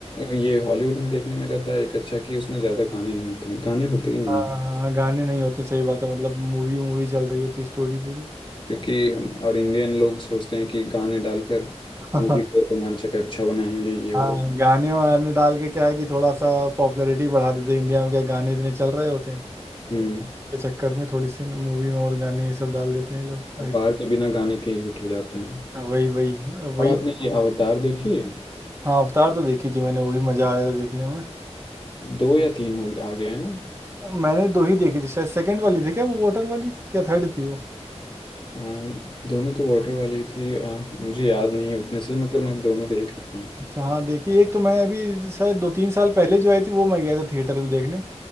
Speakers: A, on the left; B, on the right.
A: ये हॉलीवुड में देखने में रहता है एक अच्छा कि उसमें ज्यादा गाने नहीं होते हैं गाने होते ही नहीं
B: हाँ
A: हैं
B: हाँ, हाँ, गाने नहीं होते सही बात है मतलब मूवी मूवी चल रही होती स्टोरी पूरी
A: क्योंकि हम- और इंडियन लोग सोचते हैं कि गाने डालकर
B: <laughs>
A: मूवी को रोमांचक अच्छा बनाएंगे ये वो
B: हाँ गाने वाने डाल के क्या है कि थोड़ा सा पॉपुलैरिटी बढ़ा देते हैं इंडिया में क्या गाने इतने चल रहे होते हैं
A: हम्म
B: के चक्कर में थोड़ी सी मूवी में और गाने ये सब डाल देते हैं ये लोग
A: और
B: आइटम
A: बाहर के बिना गाने के हिट हो जाते हैं
B: हाँ, वही वही वही
A: और आपने ये अवतार देखी है
B: हाँ अवतार तो देखी थी मैंने वो भी मजा आया था देखने में
A: दो या तीन हो आ गए हैं ना
B: मैंने दो ही देखी थी शायद सेकंड वाली थी क्या वो वाटर वाली क्या थर्ड थी वो
A: आ, दोनों तो वाटर वाली थी आ, मुझे याद नहीं है उतने से मगर मैं दोनों देख रखा हूँ
B: अच्छा हाँ देखिए एक तो मैं अभी शायद दो तीन साल पहले जो आई थी वो मैं गया था थिएटर में देखने